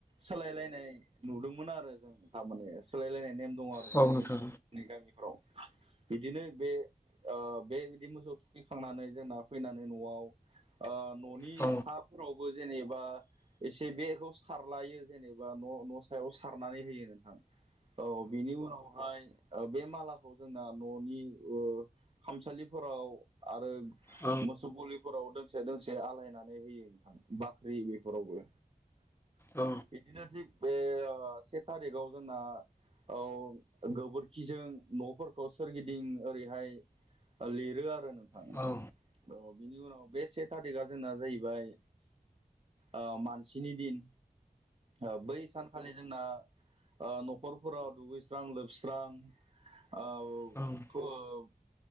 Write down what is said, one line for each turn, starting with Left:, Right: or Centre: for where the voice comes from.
Right: सोलायलायनाय नुदोंमोन आरो जों थारमाने सोलायलायनाय नेम दङ आरो
Left: औ
Right: जोंनि
Left: नोंथां
Right: ओनसोल जोंनि गामिफोराव बिदिनो बे ओ बे बिदि मोसौ थुखैखांनानै जोंना फैनानै न'आव ओ न'नि
Left: औ
Right: साफोराव बो जेनेबा एसे बेखौ सारलायो जेनेबा न' न' सायाव सारनानै होयो नोंथां औ बिनि उनावहाय ओ बे मालाखौ जोंना ननि खामसालिफोराव आरो
Left: औ
Right: मोसौ गलिफोराव दोंसे दोंसे आलायनानै होयो नोंथां बाख्रि बेफोरावबो
Left: औ
Right: इदिनो थिग बे ओ से थारिखाव जोंना औ गोबोरखिजों न'फोरखौ सोरगिदिं ओरैहाय लिरो आरो नों
Left: औ
Right: अ बिनि उनाव बे से थारिकआ जोंना जाहैबाय ओ मानसिनि दिन ओ बै सानखालि जोंना ओ न'खरफोराव दुगैस्रां लोबस्रां ओ
Left: औ
Right: फुओउम